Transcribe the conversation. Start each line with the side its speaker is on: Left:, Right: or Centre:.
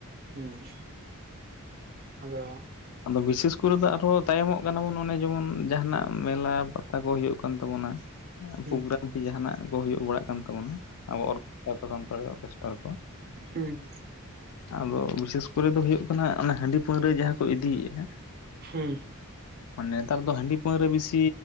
Right: ᱦᱩᱸ ᱟᱫᱚ,
Left: ᱟᱫᱚ ᱵᱤᱥᱮᱥ ᱠᱚᱨᱮ ᱫᱚ ᱟᱨᱦᱚ ᱛᱟᱭᱚᱢᱚᱜ ᱠᱟᱱᱟ ᱵᱚᱱ ᱚᱱᱮ ᱡᱮᱢᱚᱱ ᱡᱟᱦᱟᱱᱟᱜ ᱢᱮᱞᱟ ᱯᱟᱛᱟ ᱠᱚ ᱦᱳᱭᱳᱜ ᱠᱟᱱ ᱛᱟᱵᱚᱱᱟ
Right: ᱦᱩᱸ
Left: ᱯᱳᱜᱨᱟ ᱩᱱᱠᱩ ᱡᱟᱸᱦᱟᱱᱟᱜ ᱠᱚ ᱦᱳᱭᱳᱜ ᱵᱟᱲᱟᱜ ᱠᱟᱱ ᱛᱟᱵᱚᱱᱟ ᱟᱵᱚ ᱚᱨᱠᱮᱥᱴᱟᱨ ᱠᱚ ᱥᱟᱱᱛᱟᱲᱤ ᱚᱨᱠᱮᱥᱴᱟᱨ ᱠᱚ᱾
Right: ᱦᱮᱸ
Left: ᱟᱫᱚ ᱵᱤᱥᱮᱥ ᱠᱚᱨᱮ ᱫᱚ ᱦᱳᱭᱳᱜ ᱠᱟᱱᱟ ᱦᱟᱺᱰᱤ ᱯᱟᱹᱣᱨᱟᱹ ᱡᱟᱦᱟᱸ ᱠᱚ ᱤᱫᱤᱭᱮᱫᱼᱟ,
Right: ᱦᱮᱸ
Left: ᱱᱮᱛᱟᱨ ᱫᱚ ᱦᱟᱺᱰᱤ ᱯᱟᱹᱣᱨᱟᱹ ᱵᱤᱥᱤ